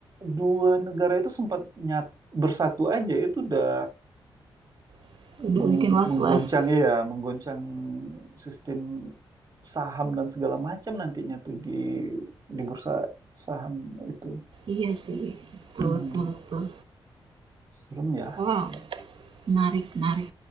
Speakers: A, on the right (about 40°); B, on the right (about 60°).
A: dua negara itu sempat nyat bersatu aja itu udah
B: <laughs> Udah
A: meng-
B: bikin was-was.
A: menggoncang ya, menggoncang sistem saham dan segala macam nantinya tuh di di bursa saham itu.
B: Iya sih, betul
A: Hmm,
B: betul betul.
A: serem ya,
B: Wow,
A: serem.
B: menarik menarik.